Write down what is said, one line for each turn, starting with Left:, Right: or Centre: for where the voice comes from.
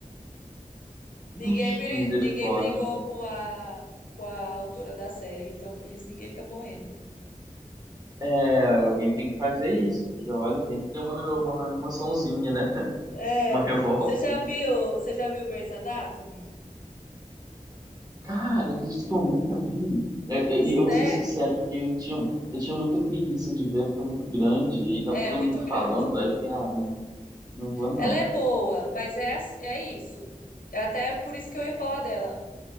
Left: Ninguém,
Right: <laughs>
Left: bri-
Right: Misericórdia.
Left: ninguém brigou com a... com a autora da série, então por isso ninguém tá morrendo.
Right: É, alguém tem que fazer isso, porque olha, tem que ter uma, uma emoçãozinha, né? <laughs>
Left: É,
Right: Uma revolta.
Left: você já viu, você já viu Grey's Anatomy?
Right: Cara, acredito que eu nunca vi. É, é, E
Left: Sério?
Right: eu vou ser sincero, porque eu tinha, eu tinha muita preguiça de ver, porque é muito grande, e tava
Left: É
Right: todo
Left: muito
Right: mundo
Left: grande.
Right: falando, aí eu falei, ah, não, não vou não.
Left: Ela é boa, mas é, ass- é isso. É Até por isso que eu ia falar dela.